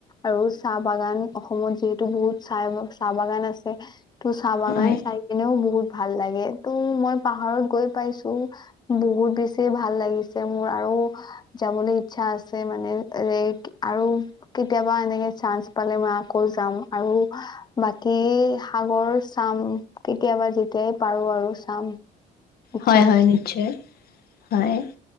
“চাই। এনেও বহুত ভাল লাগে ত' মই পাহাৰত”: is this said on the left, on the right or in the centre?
Left